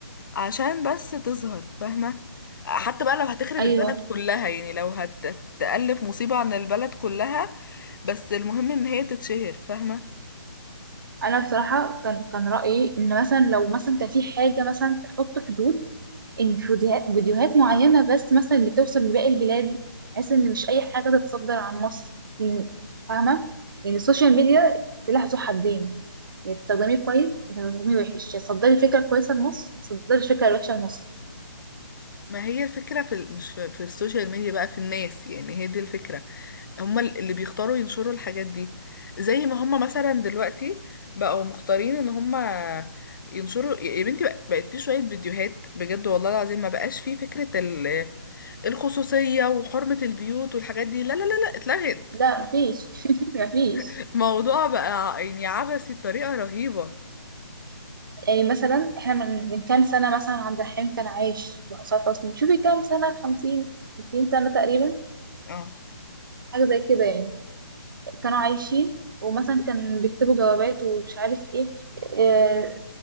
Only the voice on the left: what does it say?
عشان بس تظهر فاهمه حتى بقى لو هتخرب
البلد كلها يعني لو هتألف مصيبه عن البلد كلها بس المهم ان هي تتشهر فاهمه
ما هي الفكره في ال- مش في, في السوشيال ميديا بقى في الناس يعني هي دي الفكره هم اللي بيختاروا ينشروا الحاجات دي زي ما هم مثلا دلوقتي بقوا مختارين ان هم ينشروا يا بنتي بق- بقت في شوية فيديوهات بجد والله العظيم ما بقاش في فكرة ال... الخصوصية وحرمة البيوت والحاجات دي لا لا لا لا اتلغت
<laughs> الموضوع بقى يعني عبثي بطريقة رهيبة
اه